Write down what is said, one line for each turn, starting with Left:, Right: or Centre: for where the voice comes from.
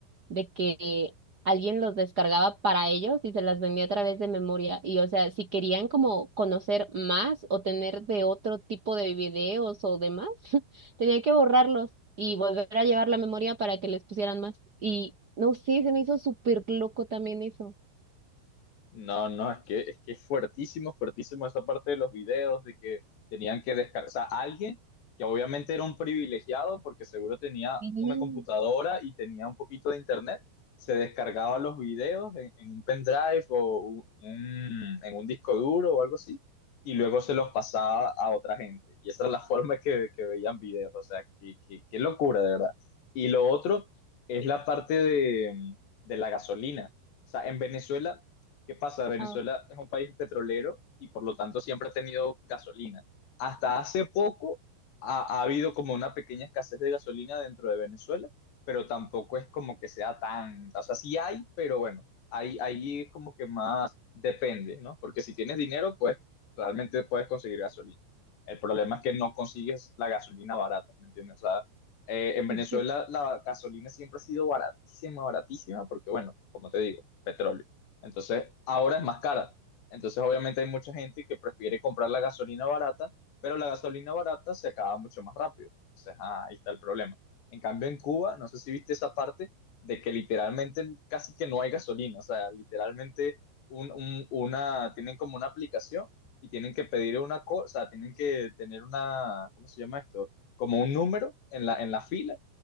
Right: de que alguien los descargaba para ellos y se las vendía a través de memoria. Y o sea, si querían como conocer más o tener de otro tipo de videos o demás, <laughs> tenían que borrarlos y volver a llevar la memoria para que les pusieran más. Y no sé, se me hizo súper loco también eso.
Left: No, no, es que es que es fuertísimo, fuertísimo esa parte de los videos de que tenían que descargar, o sea, alguien que obviamente era un privilegiado porque seguro tenía
Right: Sí.
Left: una computadora y tenía un poquito de internet, se descargaba los videos en, en un pendrive o u- un- en un disco duro o algo así y luego se los pasaba a otra gente. Y esa era la <laughs> forma que, que veían videos, o sea, qué, qué, qué locura, de verdad. Y lo otro es la parte de de la gasolina. O sea, en Venezuela ¿Qué pasa? Venezuela
Right: Ah.
Left: es un país petrolero y por lo tanto siempre ha tenido gasolina. Hasta hace poco ha, ha habido como una pequeña escasez de gasolina dentro de Venezuela, pero tampoco es como que sea tan, o sea, sí hay, pero bueno, ahí, ahí es como que más depende, ¿no? Porque si tienes dinero, pues realmente puedes conseguir gasolina. El problema es que no consigues la gasolina barata, ¿me entiendes? O sea, eh, en Venezuela
Right: <laughs>
Left: la gasolina siempre ha sido baratísima, baratísima, porque bueno, como te digo, petróleo. Entonces, ahora es más cara. Entonces, obviamente hay mucha gente que prefiere comprar la gasolina barata, pero la gasolina barata se acaba mucho más rápido. Entonces, ah, ahí está el problema. En cambio, en Cuba, no sé si viste esa parte de que literalmente casi que no hay gasolina. O sea, literalmente un- un- una, tienen como una aplicación y tienen que pedir una cosa, o sea, tienen que tener una, ¿cómo se llama esto? Como un número en la, en la fila